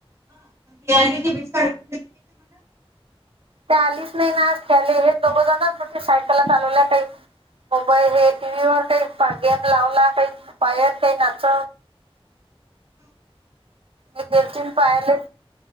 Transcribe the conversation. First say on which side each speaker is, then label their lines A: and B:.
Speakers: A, on the right; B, on the right.
A: पयाणीचे बिच. <inaudible>
B: ते आलीच नाही ना खेले हे दोघंजणचे सायकलला चालवल्या काही. <inaudible> मोबाईल, हे टी व्ही वर काही गेम लावला, काही पायात, काही नाच. मी गेलती ना, पाहले.